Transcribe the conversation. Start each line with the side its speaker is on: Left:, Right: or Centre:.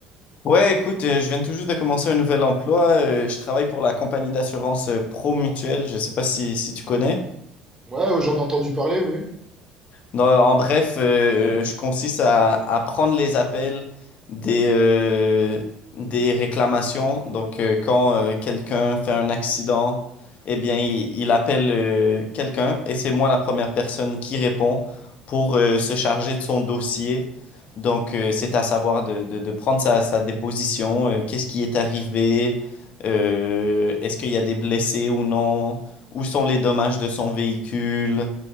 Left: Ouais, écoute, euh, je viens tout juste de commencer un nouvel emploi. euh, je travaille pour la compagnie d'assurance euh, Promutuelle. Je sais pas si, si tu connais.
Right: Ouais, ouais, j'en ai entendu parler, oui.
Left: Non, en bref, euh, euh, je consiste à, à prendre les appels des, euh, des réclamations. Donc, euh, quand euh, quelqu'un fait un accident, eh bien, il, il appelle euh, quelqu'un et c'est moi la première personne qui répond pour euh, se charger de son dossier. Donc, euh, c'est à savoir de, de- de prendre sa, sa déposition, euh, qu'est-ce qui est arrivé, euh, est-ce qu'il y a des blessés ou non, où sont les dommages de son véhicule.